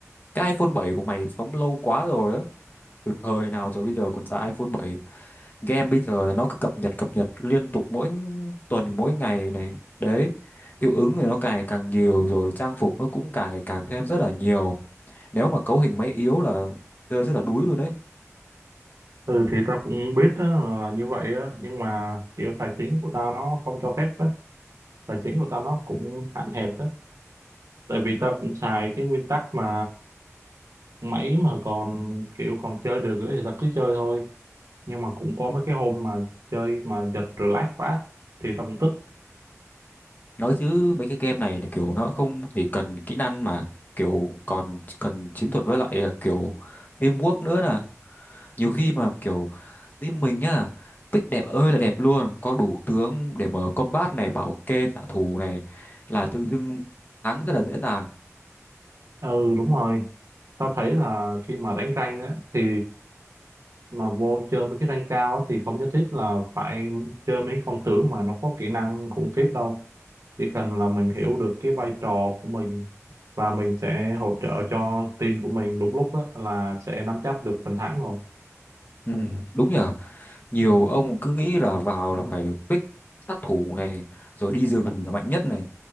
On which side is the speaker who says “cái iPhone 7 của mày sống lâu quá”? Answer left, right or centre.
Left